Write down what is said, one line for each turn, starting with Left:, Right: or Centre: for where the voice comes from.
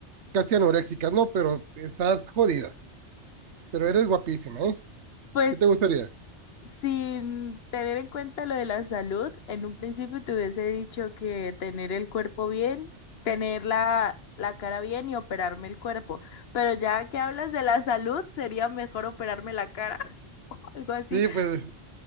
Right: casi anoréxicas, ¿no? Pero estás jodida, pero eres guapísima, ¿eh?
Left: pues
Right: ¿Qué te gustaría?
Left: sin tener en cuenta lo de la salud, en un principio te hubiese dicho que tener el cuerpo bien, tener la, la cara bien y operarme el cuerpo. Pero ya que hablas de la salud, sería mejor operarme la cara, <laughs> algo así.
Right: Sí, pues